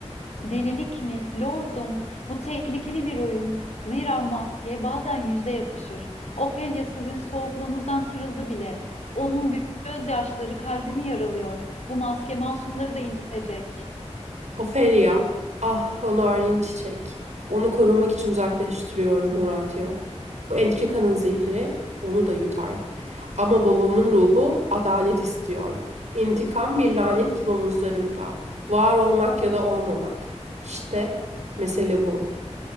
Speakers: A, on the left; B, on the right.
A: Delilik mi? Lordum, bu tehlikeli bir oyun. Zira maske bazen yüze yapışır. Ofelia sizin soğukluğunuzdan kırıldı bile. Onun gö- gözyaşları kalbimi yaralıyor. Bu maske masumları da incitecek.
B: Ofelia, ah o narin çiçek. Onu korumak için uzaklaştırıyorum Horatio. Bu entrikanın zehri onu da yutar. Ama babamın ruhu adalet istiyor. İntikam bir lanet gibi omuzlarımda. Var olmak ya da olmamak. İşte mesele bu.